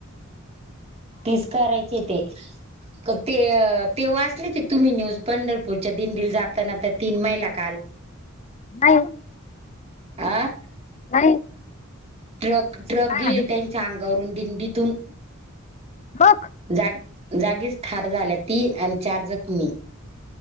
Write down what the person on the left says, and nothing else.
नाही
नाही.
काय
झालं
बघ